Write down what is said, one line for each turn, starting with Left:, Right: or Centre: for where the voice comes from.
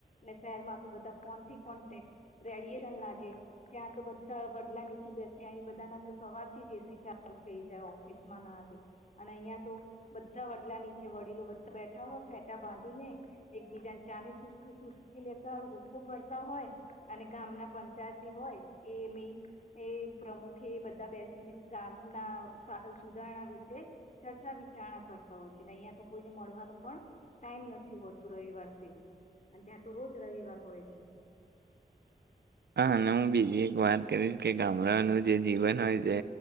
Left: શહેરમાં ત બધા ફોન થી કોન્ટેક રેડિયશન લાગે ત્યાં તો બધા વડલા નીચે બેસે અહી બધાના તો સવાર થી જ એસી ચાલુ થઈ જાય ઓફિસમાં ના અને અહીં તો બધા વડલા નીચે વડીલો બધા બેઠા હોય ફેટા બાંધીને એક બીજાને ચાની ચુસકી લેતા હોય હુકુ ભરતા હોય અને ગામના પંચાયત હોય એ મેન એ પ્રમુખ એ બધા બેસીને ગામના સુધારણા વિશે ચર્ચા વિચારણા કરતા હોય છે ને અહિયાં તો કોઈને મળવાનો પણ ટાઈમ નથી હોતો રવિવાર સિવાય અને ત્યાં તો રોજ રવિવાર હોય છે.
Right: હા હું બીજી એક વાત કરીશ કે ગામડાઓનું જે જીવન હોય છે